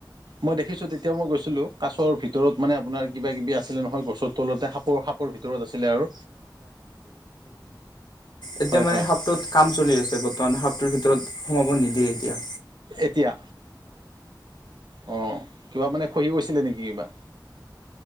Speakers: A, on the right; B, on the left.
A: মই দেখিছো তেতিয়া মই গৈছিলো, কাছৰ ভিতৰত মানে আপোনাৰ কিবা কিবি আছিলে নহয় গছত তলতে সাপৰ-সাপৰ ভিতৰত আছিলে আৰু
B: এতিয়া
A: হয়
B: মানে
A: হয়
B: হাপটোত কাম চলি আছে বৰ্তমান, হাপটোৰ ভিতৰত সোমাব নিদিয়ে এতিয়া।
A: এতিয়া, অ কিবা মানে খহি গৈছিলে নেকি কিবা।